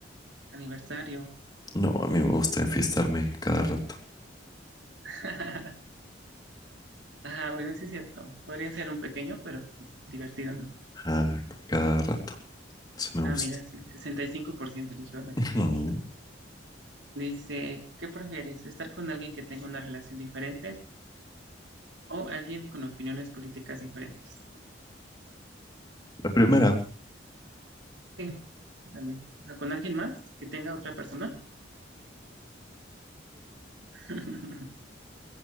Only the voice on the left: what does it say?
No, a mí me gusta enfiestarme cada rato.
Ah, cada rato. Eso me gusta.
<laughs>
Ujú.
La primera.